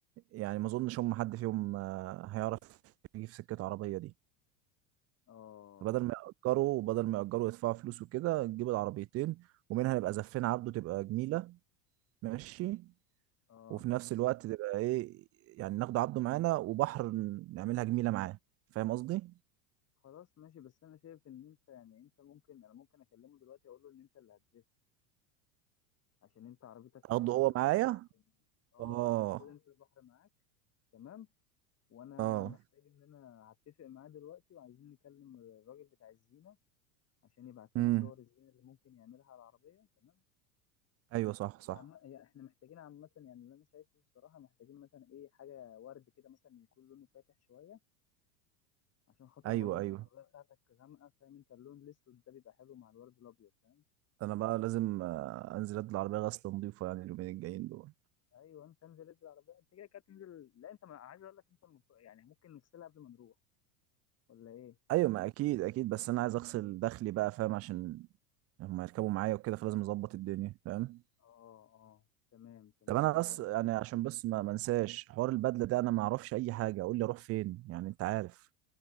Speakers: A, on the right; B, on the left.
A: يعني ما اظنش هم حد فيهم آه، هيعرف يجيب سكه عربيه دي
B: اه
A: فبدل ما ياجروا بدل ما ياجروا يدفعوا فلوس وكده نجيب العربيتين ومنها نبقى زفين عبده تبقى جميله ماشي
B: اه
A: وفي نفس الوقت تبقى ايه يعني ناخد عبده معانا وبحر نعملها جميله معاه فاهم قصدي
B: خلاص ماشي بس انا شايف ان انت يعني انت ممكن انا ممكن اكلمه دلوقتي اقول له ان انت اللي هتزف عشان انت عربيتك
A: اخده
B: يعني ما
A: هو
B: شاء
A: معايا
B: الله احسن اه
A: اه
B: لا خد انت البحر معاك تمام وانا
A: اه
B: محتاج ان انا هتفق معاه دلوقتي وعايزين نكلم الراجل بتاع الزينه عشان يبعت لنا
A: امم
B: صور الزينه اللي ممكن يعملها على العربيه تمام
A: ايوه صح
B: انت
A: صح
B: عم... يعني احنا محتاجين عامه يعني اللي انا شايفه الصراحه محتاجين مثلا ايه حاجه ورد كده مثلا يكون لونه فاتح شويه عشان خاطر
A: ايوه
B: برضو انت
A: ايوه
B: العربيه بتاعتك غامقه فاهم انت اللون الاسود ده بيبقى حلو مع الورد الابيض فاهم
A: انا بقى لازم آه، انزل ادي العربيه غسل نظيفه يعني اليومين الجايين دول
B: ايوه انت انزل انزل العربيه انت كده كده تنزل لا انت ما... عايز اقول لك انت المف... يعني ممكن نغسلها قبل ما نروح ولا ايه
A: ايوه ما اكيد اكيد بس انا عايز اغسل دخلي بقى فاهم عشان هما يركبوا معايا وكده فلازم اظبط الدنيا فاهم
B: اه اه تمام تمام
A: طب انا
B: طب
A: بس
B: هقول
A: يعني عشان بس ما منساش حوار البدله ده انا ما اعرفش اي حاجه قول لي اروح فين يعني انت عارف